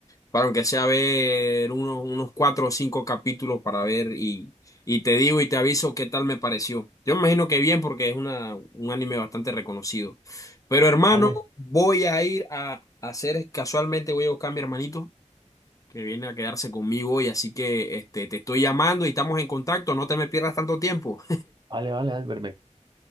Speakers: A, on the left; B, on the right.
A: para aunque sea ver unos, unos cuatro o cinco capítulos para ver y, y te digo y te aviso qué tal me pareció. Yo me imagino que bien porque es una, un anime bastante reconocido. Pero hermano,
B: Vale,
A: voy a ir a hacer, casualmente voy a buscar a mi hermanito que viene a quedarse conmigo hoy, así que este, te estoy llamando y estamos en contacto, no te me pierdas tanto tiempo.
B: vale, vale, Albert, ¿me